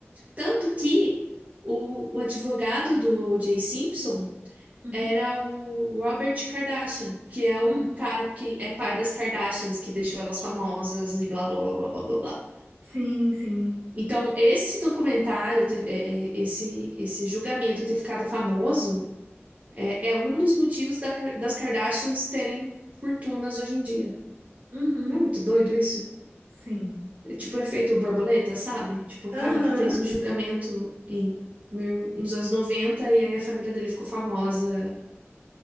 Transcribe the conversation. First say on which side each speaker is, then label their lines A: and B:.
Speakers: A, on the right (about 30°); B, on the right (about 60°).
A: Tanto que o, o advogado do O.J. Simpson
B: Uhum.
A: era o Robert Kardashian, que é o
B: Uhum.
A: cara que é pai das Kardashians, que deixou elas famosas e blá blá blá blá blá blá. blá.
B: Sim, sim.
A: Então, esse documentário, ter- é, é, esse, esse julgamento ter ficado famoso. É, é um dos motivos da Kar- das Kardashians terem fortunas hoje em dia.
B: Uhum.
A: Não é muito doido isso?
B: Sim.
A: É tipo o efeito borboleta, sabe? Tipo, o
B: Aham.
A: cara fez um julgamento em, mil- nos anos 90 e aí a família dele ficou famosa